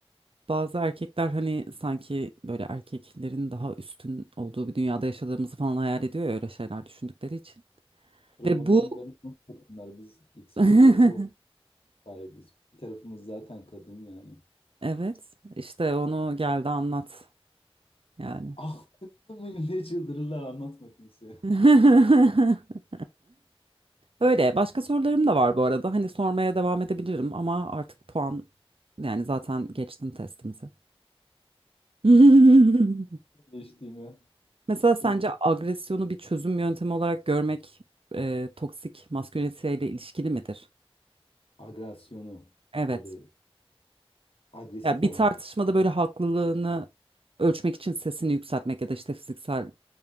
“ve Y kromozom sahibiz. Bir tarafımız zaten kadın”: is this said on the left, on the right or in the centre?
Left